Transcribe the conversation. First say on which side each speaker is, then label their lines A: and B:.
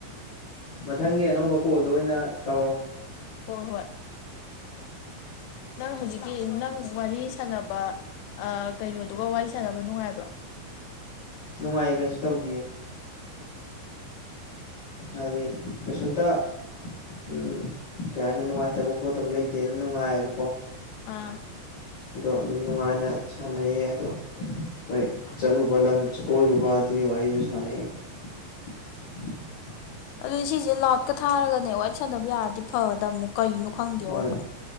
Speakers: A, on the left; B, on the left.
A: ꯃꯊꯪꯒꯤ ꯑꯅꯧꯕ ꯀꯣꯜꯗ ꯑꯣꯏꯅ ꯇꯧꯔꯣ
B: ꯍꯣꯏ ꯍꯣꯏ ꯅꯪ ꯍꯧꯖꯤꯛꯀꯤ ꯅꯪ ꯋꯥꯔꯤ ꯁꯥꯟꯅꯕ ꯀꯩꯅꯣꯗꯨꯒ ꯋꯥꯔꯤ ꯁꯥꯟꯅꯕ ꯅꯨꯡꯉꯥꯏꯕ꯭ꯔꯣ
A: ꯅꯨꯡꯉꯥꯏꯌꯦ ꯀꯩꯁꯨ ꯇꯧꯗꯌꯦ ꯑꯗꯗꯤ ꯀꯁꯟꯇ ꯎꯝ ꯀꯩ ꯍꯥꯏꯅꯤ ꯅꯨꯡꯉꯥꯏꯇꯕ ꯈꯣꯠꯇꯕ ꯂꯩꯇꯦ ꯑꯗꯨꯝ ꯅꯨꯡꯉꯥꯏꯌꯦꯕꯀꯣ
B: ꯑꯥ
A: ꯑꯗꯣ ꯑꯗꯨꯝ ꯅꯨꯡꯉꯥꯏꯅ ꯁꯥꯟꯅꯩꯌꯦ ꯑꯗꯣ ꯣꯏ ꯆꯜꯂꯨ ꯄꯂꯝ ꯆ ꯀꯣꯏꯔꯨꯕ ꯑꯗꯨꯒꯤ ꯋꯥꯔꯤꯁꯨꯁꯅ <unintelligible>
B: ꯑꯗꯨꯗꯤ ꯁꯤꯁꯦ ꯂꯥꯎꯠꯀ ꯊꯥꯔꯒꯅꯦ ꯋꯥꯔꯤ ꯁꯥꯟꯅꯕ ꯌꯥꯔꯗꯤ ꯐꯒꯗꯕꯅꯦ ꯀꯅꯣ ꯈꯪꯗꯦ
A: ꯍꯣꯏ
B: ꯑꯣꯏꯕ